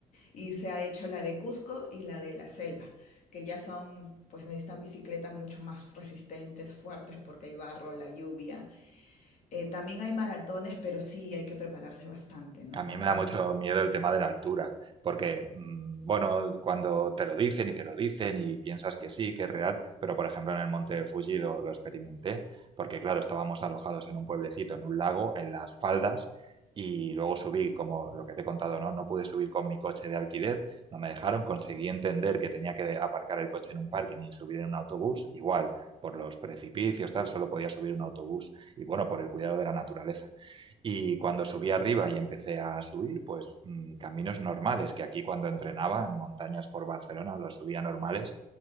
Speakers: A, on the left; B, on the right.
A: Y se ha hecho la de Cusco y la de la selva, que ya son, pues necesitan bicicletas mucho más resistentes, fuertes, porque hay barro, la lluvia. Eh, también hay maratones, pero sí hay que prepararse bastante, ¿no?
B: A mí me da
A: Eh,
B: mucho miedo el tema de la altura, porque, mm, bueno, cuando te lo dicen y te lo dicen y piensas que sí, que es real, pero por ejemplo en el monte Fuji lo, lo experimenté, porque claro, estábamos alojados en un pueblecito, en un lago, en las faldas, y luego subí, como lo que te he contado, ¿no? No pude subir con mi coche de alquiler, no me dejaron, conseguí entender que tenía que aparcar el coche en un parking y subir en un autobús, igual, por los precipicios, tal, solo podía subir un autobús, y bueno, por el cuidado de la naturaleza. Y cuando subí arriba y empecé a subir, pues mm, caminos normales, que aquí cuando entrenaba en montañas por Barcelona los subía normales,